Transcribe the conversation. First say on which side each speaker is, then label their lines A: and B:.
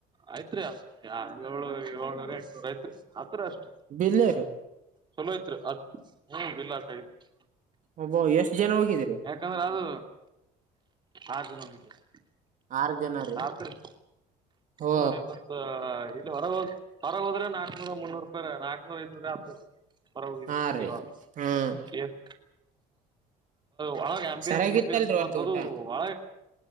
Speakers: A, on the right; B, on the right.
A: ಆಯ್ತ್ರಿ ಏಳು ಏಳೂರ ಎಂಟ್ನೂರ ಐತ್ರಿ ಆತ್ರರ ಅಷ್ಟ
B: ಬಿಲ್ಲೇ ರೀ
A: ಚಲೋಯತ್ರಿ ಅ ಹ್ಮ್ ಬಿಲ್ ಆಟ ಐತಿ
B: ಒಬ್ಬ ಎಷ್ಟು ಜನ ಹೋಗಿದ್ದೀಿದ್ದಾರೆ
A: ಯಾಕಂದ್ರೆ ಅದು ಆರು ಜನೋಗಿದ್ದಿದೆ
B: ಆರ್ ಜನ ರೀ
A: ಹತರಿ
B: ಓ
A: ಹ್ಮ ಬ ಇಲ್ಲಿ ಹೊರ ಹೋದ್ ಹೊರ ಹೋದ್ರೆ ನಾಕಕ್ನೂರ ಮುನ್ನೂರು ರೂಪಾಯ ರ ನಾಕಕ್ನೂರ ಐ್ನೂರ ಆಗ್ತ ರರಿ ಹೊರ ಹೋಗಗಲ
B: ಹಾ ರೀ ಹ್ಮ್
A: ಏನ್ ಒಳ ಆಪಿಯನ್ಸ್
B: ಸರಿಯಾಗಿತ್ತಲ್ರಿ
A: ಗಪಿಯನ್ಸ್
B: ಅವತ್ತು
A: ಮತ್ತದು
B: ಊಟ
A: ಒಳ